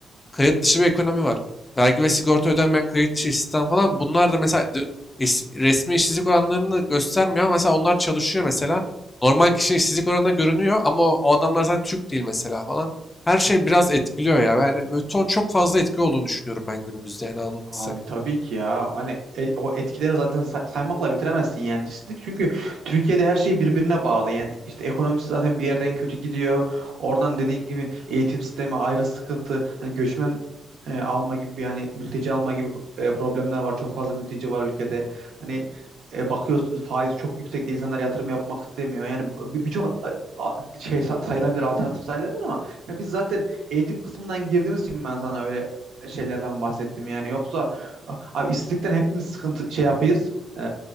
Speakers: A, on the left (about 20°); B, on the right (about 80°).
A: kayıt dışı bir ekonomi var. Vergi ve sigorta ödenmeyen kayıt dışı istihdam falan bunlar da mesela d- is- resmi işsizlik oranlarını göstermiyor ama mesela onlar çalışıyor mesela. Normal kişi işsizlik oranında görünüyor ama o, o adamlar zaten Türk değil mesela falan. Her şey biraz etkiliyor ya. Yani böyle to- çok fazla etki olduğunu düşünüyorum ben günümüzde yani anladın sen.
B: Abi tabii ki ya. Hani e- o etkileri zaten say- saymakla bitiremezsin yani işsizlik. Çünkü Türkiye'de her şey birbirine bağlı. Yani işte ekonomisi zaten bir yerden kötü gidiyor. Oradan dediğin gibi eğitim sistemi ayrı sıkıntı. Hani göçmen e, alma gibi bir hani mülteci alma gibi e, problemler var. Çok fazla mülteci var ülkede. Hani e, bakıyorsun faiz çok yüksekte insanlar yatırım yapmak istemiyor. Yani bir- birçok a- a- şey sa- sayılabilir, alternatif sayılabilir ama ya biz zaten eğitim kısmından girdiğimiz için ben sana öyle şeylerden bahsettim yani. Yoksa a- abi işsizlikten hepimiz sıkıntı şey yapıyız. Ee,